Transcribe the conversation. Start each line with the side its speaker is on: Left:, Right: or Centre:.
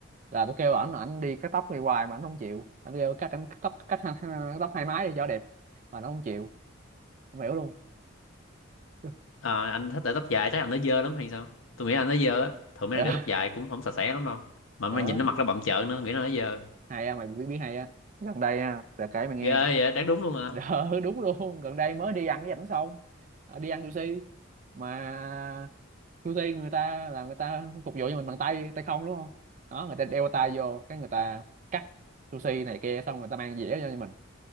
Right: là tôi kêu ảnh là ảnh đi cắt tóc đi hoài mà ảnh không chịu anh kêu cắt ảnh cắt tóc cắt hai- hai- tóc hai mái đi cho đẹp mà nó không chịu không hiểu luôn <laughs>
Left: Ờ, anh thích để tóc dài chắc anh nó dơ lắm hay sao tôi nghĩ anh nó dơ á thường mấy
Right: Dạ.
Left: anh để tóc dài cũng không sạch sẽ lắm đâu mà
Right: đó
Left: mấy anh nhìn nó mặt nó bặm trợn nữa nghĩ nó nó dơ
Right: hay á mày biết biết hay á gần đây á là kể mày nghe
Left: ghê vậy đáng đúng luôn
Right: <laughs>
Left: à
Right: đó đúng luôn gần đây mới đi ăn với ảnh xong Ờ, đi ăn sushi mà sushi người ta là người ta phục vụ cho mình bằng tay tay không đúng không đó người ta đeo tay vô cái người ta cắt sushi này kia xong người ta mang dĩa cho mình